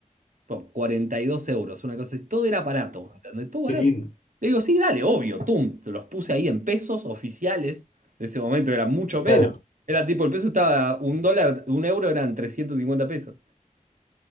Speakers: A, on the right (about 75°); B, on the left (about 70°).
A: por 42 euros, una cosa así. Todo era barato, ¿entendés? Todo barato.
B: Qué lindo.
A: Le digo, sí, dale, obvio, tum. Te los puse ahí en pesos oficiales. De ese momento era mucho menos.
B: Claro,
A: Era tipo, el peso estaba un dólar, un euro eran 350 pesos.